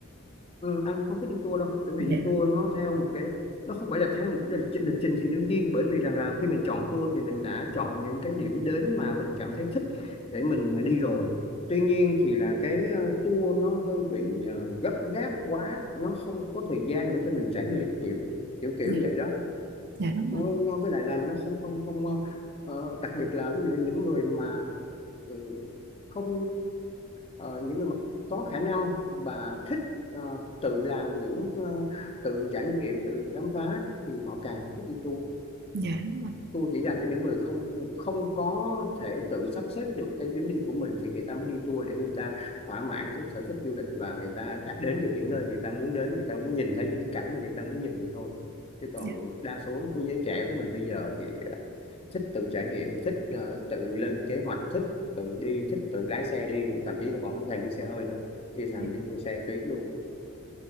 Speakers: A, on the left; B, on the right.
A: Ừ, anh cũng không thích đi tour đâu bởi vì
B: dạ
A: đi tour nó theo một cái nó không phải là theo một cái lịch, trình- lịch trình thì đương nhiên bởi vì rằng là khi mình chọn tour thì mình đã chọn những cái điểm đến mà mình cảm thấy thích để mình đi rồi tuy nhiên thì là cái ờ, tour nó hơi bị ờ, gấp gáp quá nó không có thời gian để cho mình trải nghiệm kiểu kiểu
B: dạ
A: như vậy đó
B: dạ đúng
A: nó
B: rồi
A: nó với lại là nó không không không ờ, ờ, đặc biệt là ví dụ như những người mà ừ, không ờ, những người mà có khả năng và thích ờ, tự làm những ờ, tự trải nghiệm tự khám phá thì họ càng thích đi tour
B: dạ đúng rồi
A: tour chỉ dành cho những người không không có thể tự sắp xếp được cái chuyến đi của mình thì người ta mới đi tour để người ta thỏa mãn cái sở thích du lịch và người ta đã đến được những nơi người ta muốn đến người ta muốn nhìn thấy những cái cảnh mà người ta muốn nhìn vậy thôi chứ còn
B: dạ
A: đa số của giới trẻ của mình bây giờ thì ờ, thích tự trải nghiệm thích ờ, tự lên kế hoạch thích tự đi thích tự lái xe đi thậm chí là còn không thèm đi xe hơi nữa đi thèm
B: dạ
A: đi xe tuyến luôn